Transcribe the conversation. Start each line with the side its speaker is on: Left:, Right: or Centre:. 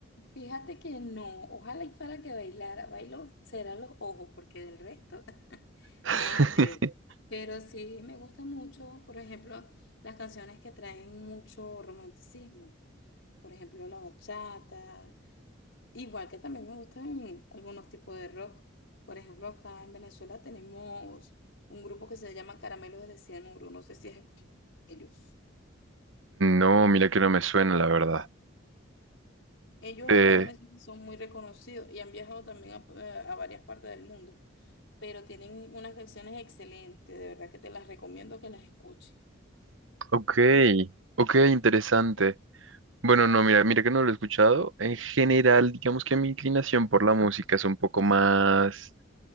Left: Fíjate que no, ojalá y fuera que bailara, bailo será los ojos, porque del resto <laughs>
Right: <laughs>
Left: nada que ver. Pero sí me gusta mucho, por ejemplo, las canciones que traen mucho romanticismo, por ejemplo, la bachata, igual que también me gustan algunos tipos de rock. Por ejemplo, acá en Venezuela tenemos un grupo que se llama Caramelos de Cianuro, no sé si has escuchado de ellos.
Right: No, mira que no me suena, la verdad.
Left: Ellos
Right: Eh,
Left: acá en Venezuela son muy reconocidos y han viajado también a eh, a varias partes del mundo. pero tienen unas canciones excelentes, de verdad que te las recomiendo que las escuches.
Right: ok, ok, interesante. Bueno, no, mira, mira que no lo he escuchado. En general, digamos que mi inclinación por la música es un poco más